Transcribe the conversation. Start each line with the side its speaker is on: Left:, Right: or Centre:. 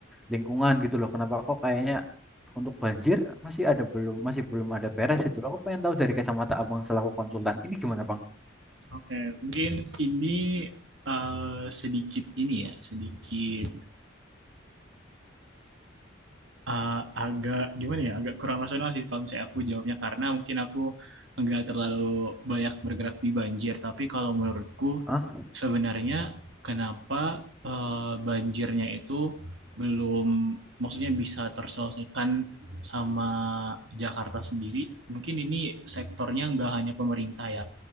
Centre: lingkungan gitu loh. Kenapa kok kayaknya untuk banjir masih ada belum masih belum ada beres itu. loh. Aku pengen tahu dari kacamata Abang selaku konsultan. Ini gimana Bang?
Right: oke. Mungkin ini eh, sedikit ini ya, sedikit ah, agak gimana ya, agak kurang rasional sih kalau misalnya aku jawabnya karena mungkin aku nggak terlalu banyak bergerak di banjir. Tapi kalau menurutku
Centre: Ah,
Right: sebenarnya kenapa eh, banjirnya itu belum maksudnya bisa terselesaikan sama Jakarta sendiri? Mungkin ini sektornya nggak hanya pemerintah ya,